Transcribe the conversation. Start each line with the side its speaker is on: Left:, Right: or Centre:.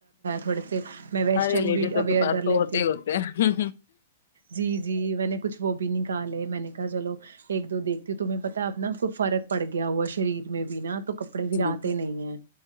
Right: وٹر ا
Left: سارے لیڈیزوں کے پاس
Right: لی
Left: تو ہوتے
Right: ہ
Left: ہی ہوتے ہیں
Right: جی جیچ بھی میں نے کہا چلو ایک دو دیکتی ہوں تمہیں پتا اب ن فرق پڑ گیا ہوا شریر میں بھی نا تو کپڑے بھی
Left: جی
Right: رتے
Left: جی
Right: نہیں ہیں